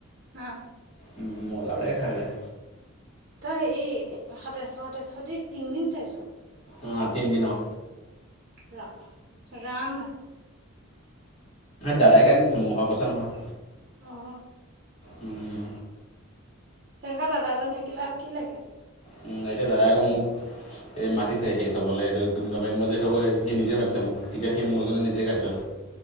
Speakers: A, on the right (about 45°); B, on the left (about 30°).
A: অ।
B: উম, মজা লাগে খাই পেলাই।
A: তই হেৰি, সাতাইশ সাতাইশ দি তিনদিন চাইছ?
B: অ'' তিনদিন অ।
A: ৰাম ৰাম।
B: দাদাই কাটি‌ দিছে, মোৰ ভাগৰ পইছা নহয়।
A: অ'অ'।
B: উম।
A: তেনেকুৱা দাদা এজন থাকিলে আৰু কি লাগে?
B: উম, এতিয়া দাদাই আক মোক এই মাতিছে হেৰি চাবলে, এইটো নৱেম্বৰত যে যিটো হব, সি নিজে মাতিছে মোক। টিকেটখিনি মোৰ কাৰণে নিজে কাটি থৈ।